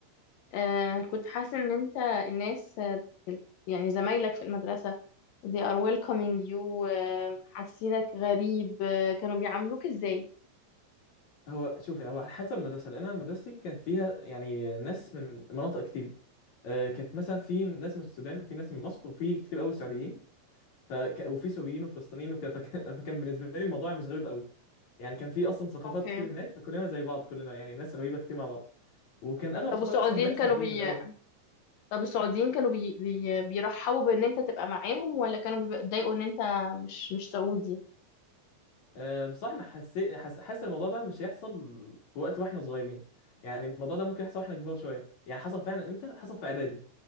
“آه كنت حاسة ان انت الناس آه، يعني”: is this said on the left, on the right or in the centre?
Left